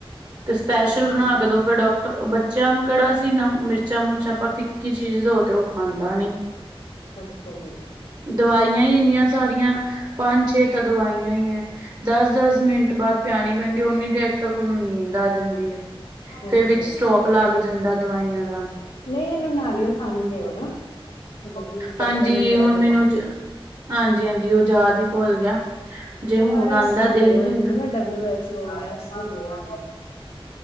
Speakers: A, on the right; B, on the left.
A: ਤੇ ਸਪੈਸ਼ਲ
B: ਅੱਛਾ
A: ਬਣਾ
B: ਜੀ
A: ਕੇ ਦੋ ਫੇਰ ਡਾਕ ਟਰ ਬੱਚੇਆਂ ਨੂੰ ਕੇੜਾ ਅਸੀ ਨਾ ਮਿਰਚਾਂ ਮੁਰਚਾਂ ਆਪਾਂ ਫਿੱਕੀ ਚੀਜ਼ ਦੋ ਤੇ ਓ ਖਾਂਦਾ ਨੀ।
B: ਅੱਛਾ ਜੀ।
A: ਦਵਾਈਆਂ ਈ ਇੰਨੀਆਂ ਸਾਰੀਆਂ ਪੰਜ-ਛੇ ਤਾਂ ਦਵਾਈਆਂ ਈ ਐ। ਦਸ-ਦਸ ਮਿੰਟ ਬਾਦ ਪਿਆਣੀ ਪੈਂਦੀ ਓੁਨੀ ਦੇਰ ਤੱਕ ਓਨੂੰ ਨੀਂਦ ਆ ਜਾਂਦੀ ਐ। ਫੇਰ
B: ਅੱਛਾ
A: ਵਿੱਚ ਸਟੋਪ ਲੱਗ ਜਾਂਦਾ ਦਵਾਈਆਂ ਦਾ।
B: ਨਈ ਏਨੂੰ ਨਾਰੀਅਲ ਪਾਨੀ ਦਿਓ ਨਾ ਮਤਲਬ ਕਿ ਡਾਕਟਰ
A: ਹਾਂਜੀ
B: ਨੇ ਕੈ
A: ਹੁਣ
B: ਦਿੱਤਾ
A: ਮੈਨੂੰ ਹਾਂਜੀ ਹਾਂਜੀ ਓ ਜਾਦ ਈ ਭੁੱਲ ਗਿਆ। ਜੇ
B: ਓ
A: ਹੁਣ
B: ਆਰ ਐਸ
A: ਆਉਂਦਾ
B: ਵੀ
A: ਦੇਖਦੀ
B: ਦਿਓ ਏਨੂੰ ਨਾ W H O R S ਵੀ ਦਿਓ ਏਨੂੰ।